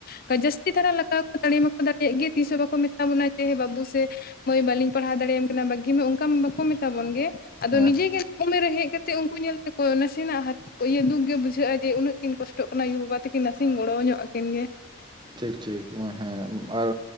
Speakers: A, on the left; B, on the right.
A: ᱠᱚ ᱡᱟᱹᱥᱛᱤ ᱫᱷᱟᱨᱟ ᱞᱟᱜ ᱫᱟᱲᱮ ᱢᱟᱠᱚ ᱫᱟᱲᱮᱭᱟᱜ ᱜᱮᱭᱟ ᱛᱤᱥ ᱦᱚᱸ ᱵᱟᱠᱚ ᱢᱮᱛᱟ ᱵᱚᱱᱟ ᱡᱮ ᱦᱮᱸ ᱵᱟᱹᱵᱩ ᱥᱮ ᱢᱟᱹᱭ ᱵᱟᱹᱞᱤᱧ ᱯᱟᱲᱦᱟᱣ ᱫᱟᱲᱮᱭᱟᱢ ᱠᱟᱱᱟ ᱵᱟᱹᱜᱤ ᱢᱮ ᱚᱱᱠᱟ ᱢᱟ ᱵᱟᱠᱚ ᱢᱮᱛᱟ ᱵᱚᱱ ᱜᱮ, ᱟᱫᱚ
B: ᱦᱮᱸ ᱦᱮᱸ
A: ᱱᱤᱡᱮ ᱜᱮ ᱩᱢᱮᱨ ᱨᱮ ᱦᱮᱡ ᱠᱟᱛᱮ ᱩᱱᱠᱩ ᱧᱮᱞ ᱛᱮᱠᱚ ᱱᱟᱥᱮᱱᱟᱜ ᱤᱭᱟᱹ ᱫᱩᱠ ᱜᱮ ᱵᱩᱡᱷᱟᱹᱜᱼᱟ ᱡᱮ ᱩᱱᱟᱹᱜ ᱠᱤᱱ ᱠᱚᱥᱴᱚᱜ ᱠᱟᱱᱟ ᱟᱭᱚ ᱵᱟᱵᱟ ᱛᱟᱠᱤᱱ ᱱᱟᱥᱮᱧ ᱜᱚᱲᱚ ᱧᱚᱜ ᱟᱠᱤᱱ ᱜᱮ᱾
B: ᱴᱷᱤᱠ ᱴᱷᱤᱠ ᱦᱮᱸ ᱟᱨ